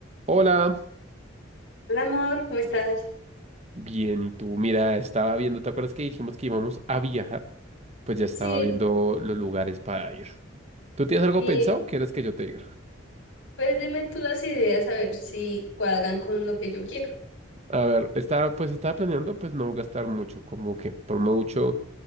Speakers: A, on the right; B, on the left.
A: Hola,
B: Hola amor, ¿cómo estás?
A: bien, ¿y tú? Mira, estaba viendo, ¿te acuerdas que dijimos que íbamos a viajar? Pues ya estaba
B: Sí,
A: viendo los lugares para ir. ¿Tú tienes algo
B: y
A: pensado o quieres que yo te diga?
B: pues dime tú las ideas a ver si cuadran con lo que yo quiero.
A: A ver, estaba, pues estaba planeando pues no gastar mucho, como que por mucho